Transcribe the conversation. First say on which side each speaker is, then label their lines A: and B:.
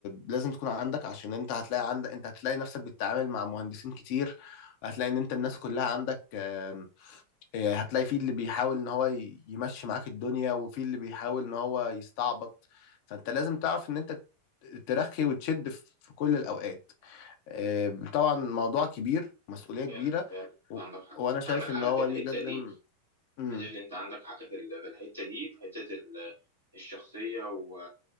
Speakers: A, on the left; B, on the right.
A: لازم تكون عندك عشان انت هتلاقي عندك انت هتلاقي نفسك بتتعامل مع مهندسين كتير هتلاقي ان انت الناس كلها عندك آم، آه، هتلاقي في اللي بيحاول ان هو ي- يمشي معاك الدنيا وفي اللي بيحاول ان هو يستعبط فانت لازم تعرف ان انت ترخي وتشد في في كل الاوقات آه، طبعا موضوع كبير مسؤولية كبيرة
B: فعلا فعلا أنت
A: و...
B: عندك حق
A: وانا شايف
B: أنت عندك حق
A: ان هو
B: في الحتة
A: ليه لازم
B: دي
A: مم.
B: أنا شايف إن أنت عندك حق في ال- في الحتة دي في حتة ال الشخصية و...